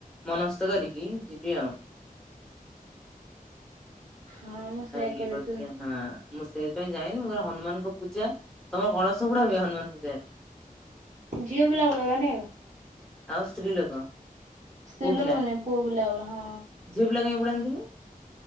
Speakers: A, in the centre; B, on the right.
A: ମନସ୍ତ କରିକି ଯିବି ଆଉ।
B: ହଁ ମୁଁ ସେଇଆ
A: ଇ
B: କହିଲି
A: ପାରୁଛେ
B: ତୁ
A: ଆମେ ହଁ ମୁଁ ସେଇଥିାଇଁ ଯାଇନି ମୁଁ କହିଲେ ହନୁମାନଙ୍କ ପୂଜା ତମର କଳସ ବୁଡାଅ କି ହନୁମାନ ପୂଜାରେ?
B: ଝିଅ ପିଲା ବୁଡେଇବେନି
A: ଆଉ ସ୍ତ୍ରୀ ଲୋକ।
B: ସ୍ତ୍ରୀ
A: ପୁଅ
B: ଲୋକ
A: ପିଲା
B: ମାନେ ପୁଅ ପିଲା। ହଁ!
A: ଝିଅ ପିଲା କାହିଁ ବୁଡାନ୍ତିିନି?